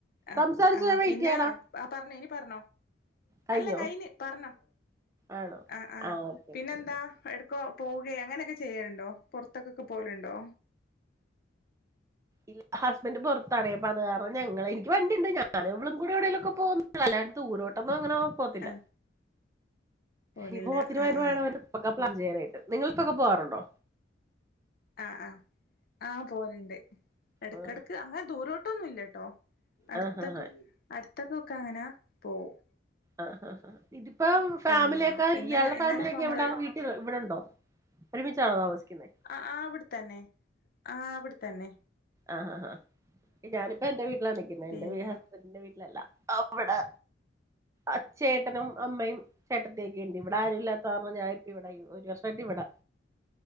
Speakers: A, on the left; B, on the right.
A: ആഹ്
B: സംസാരിച്ചു
A: ആഹ്
B: ഞാൻ വെയിറ്റ്
A: പിന്നാ
B: ചെയ്യാടാ
A: ആഹ് പറഞ്ഞോ ഇനി പറഞ്ഞോ
B: കഴിഞ്ഞോ
A: അല്ല കയ്ഞ്ഞ് പറഞ്ഞോ
B: ആണോ
A: ആഹ് ആഹ്
B: ആ ഓക്കെ
A: പിന്നെന്താ
B: ഓക്കെ ഓക്കെ
A: ഏടക്കോ പോവ്കയോ അങ്ങനൊക്കെ ചെയ്യല്ണ്ടോ പൊറത്തൊക്കക്കെ പോവല്ണ്ടോ
B: ഇൽ ഹസ്ബന്റ് പൊറത്താണെ അപ്പോ അത് കാരണം ഞങ്ങളെ എനിക്ക് വണ്ടിയ്ണ്ട് ഞാനും ഇവളുംകൂടി എവിടേലൊക്കെ പോവും അല്ലാതെ ദൂരോട്ടൊന്നും അങ്ങനെ പോത്തില്ല
A: ആഹ് പോലില്ല
B: ഈ പോത്തിന് <unintelligible>
A: ആഹ് ആഹ്
B: ഒക്കെ പ്ലാൻ ചെയ്യാനായിട്ട് നിങ്ങൾതൊക്കെ പോകാറ്ണ്ടോ
A: ആഹ് ആഹ് ആഹ് പോകല്ണ്ട് എടക്കെടക്ക്
B: ആ
A: അങ്ങനെ ദൂരോട്ടൊന്നുംല്ലെട്ടോ അടുത്തൊക്കെ
B: ആഹാ ആ ഹാ ഹാ
A: അടുത്തൊക്കേക്കെ അങ്ങനാ പോവും
B: ആഹ് ആഹ് ആഹ് ഇതിപ്പം ഫാമിലിയക്കെ
A: പിന്നെ ഇന്നലെ
B: ഇയാൾടെ
A: ഇന്നലെപ്പ
B: ഫാമിലിയക്കെ
A: നമ്മള്
B: എവിടാ വീ ഇത് ഇവിടെണ്ടോ ഒരുമിച്ചാണോ താമസിക്ക്‌ന്നെ
A: ആഹ് ആഹ് അവ്ടെ തന്നെ ആഹ് അവ്ടെത്തന്നെ
B: ആഹ് ഹാ ഹാ ഇഞാനിപ്പെന്റെ വീട്ടിലാ നിക്ക്‌ന്നെ
A: പിന്നെ
B: എന്റെ വീ ഹസ്ബന്റിന്റെ വീട്ടിലല്ല അവ്ടേ അച്ചേട്ടനും അമ്മയും ചേട്ടത്തീം എന്റിവ്ടെ ആരൂല്ലാത്താർണം ഞാനിപ്പവ്ടാ ഒരു വർഷായിട്ടിവ്ടെ